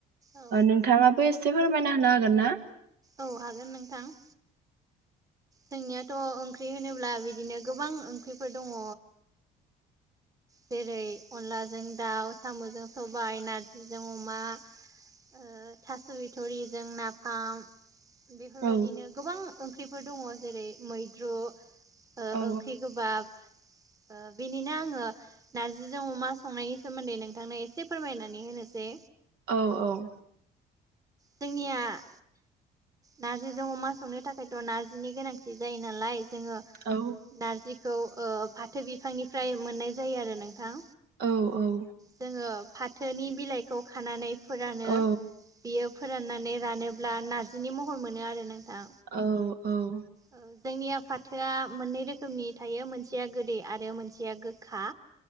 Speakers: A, on the right; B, on the right.
A: औ
B: नोंथाङा बे एसे फोरमायना होनो हागोन ना?
A: औ हागोन नोंथां। जोंनियाथ' ओंख्रि होनोब्ला बिदिनो गोबां ओंख्रिफोर दङ। जेरै अनलाजों दाउ साम'जों सबाय नारजिजों अमा ओ थास' बिथ'रिजों नाफाम बिफोरबायदिनो
B: औ
A: गोबां ओंख्रिफोर दङ जेरै मैद्रु ओ
B: औ
A: ओंख्रि गोबाब ओ बेनिनो आङो नार्जिजों अमा संनायनि सोमोन्दै नोंथांनो एसे फोरमायनानै होनोसै
B: औ औ
A: जोंनिया <unintelligible> नारजिजों अमा संनो थाखायथ' नारजिनि गोनांथि जायो नालाय जोङो
B: औ
A: नारजिखौ ओ फाथो बिफांनिफ्राय मोननाय जायो आरो नोंथां।
B: औ औ
A: जोङो फाथोनि बिलाइखौ खानानै फोरानो
B: औ
A: बियो फोराननानै रानोब्ला नार्जिनि महर मोनो आरो नोंथां।
B: औ औ
A: ओ जोंनिया फाथोआ मोननै रोखोमनि थायो मोनसेया गोदै आरो मोनसेया गोखा